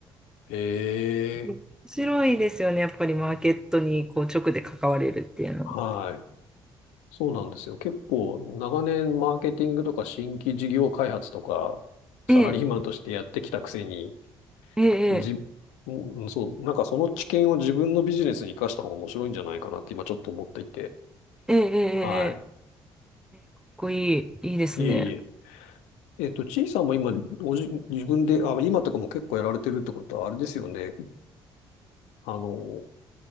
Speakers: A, on the left; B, in the centre.
A: へえ、
B: 面白いですよね、やっぱりマーケットにこう直で関われるっていうの。
A: はい。そうなんですよ。結構、長年マーケティングとか新規事業開発とか、サラリーマンとしてやってきたくせに、
B: ええ、ええ、
A: じ、うんそう、なんかその知見を自分のビジネスに活かした方が面白いんじゃないかなって今ちょっと思っていて。
B: ええ、ええ、ええ、
A: はい。
B: ええかっこいい、いいですね。
A: いえいえ。えっと、ちいさんも今、おじ、自分で、あ、今とかも結構やられてるってことは、あれですよね。あの、